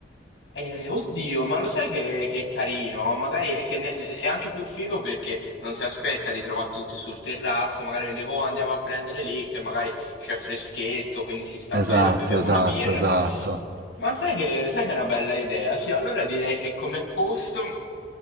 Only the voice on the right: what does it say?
Esatto,
esatto,
esatto.